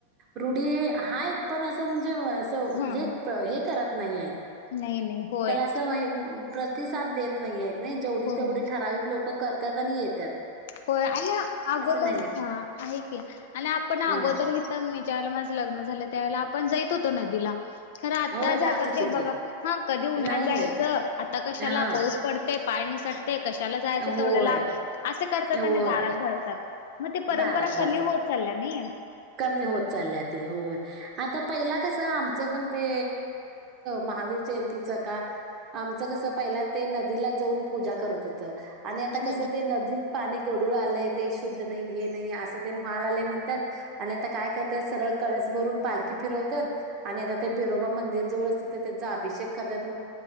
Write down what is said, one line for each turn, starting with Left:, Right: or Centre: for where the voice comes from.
Right: रुढी हायत पण असं म्हणजे, असं
Left: हा
Right: हे करत नाहीयेत,
Left: नाही नाही होय
Right: त्याला अस प्रतिसाद देत नाहीेयेत नाही, जेवढी
Left: होय.
Right: तेवढी ठराविक लोक करतात आणि ये
Left: होय, आन, अगोदर
Right: नाहीये
Left: हा, आहे की. आणि आपण अगोदर
Right: अ
Left: ह मी ज्या वळेला माझं लग्न झालं, त्यावेळेला आपण जाईत होतो नदीला खरं आता
Right: होय
Left: जातात
Right: जात होते
Left: का
Right: की
Left: बघा, हा, कधी उन्हात
Right: नाही
Left: जायचं,
Right: नाही
Left: आता कशाला
Right: हा
Left: पा पडतय, पाय निसटतय, कशाला जायचं
Right: होय
Left: तेवढ्या लांब असं करतात,
Right: होय
Left: आणि दारात भरतात. मग ती परंपरा
Right: दारात
Left: कमी
Right: भरतात
Left: होत चालल्या नई.
Right: कमी होत चालल्या ते होय, आता पहिला कसं आमचं पण ते महावीर जयंतीच का, आमचं कस पहिला ते नदीला जाऊन पूजा करत होत. आणि आता
Left: हम्म
Right: कसं ते नदीत पाणी गडूळ आलंय, ते शुद्ध नाही, हे नाही, असं ते चालालय म्हणतात. आणि आता काय करतात, सरळ कळस भरून पालखी फिरवत्यात आणि आता ते बिरोबा मंदिर जवळच, तिथे त्यांचा अभिषेक करतात,